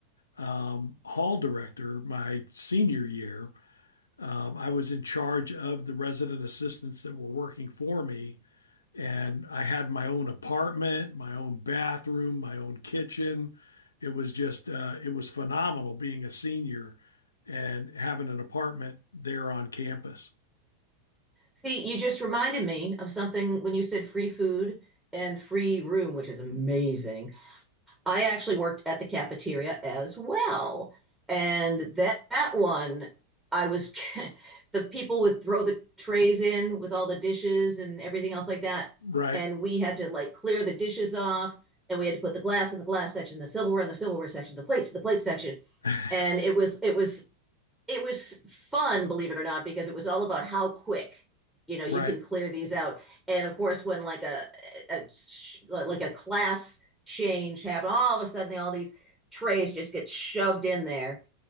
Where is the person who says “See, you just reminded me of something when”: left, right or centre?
Centre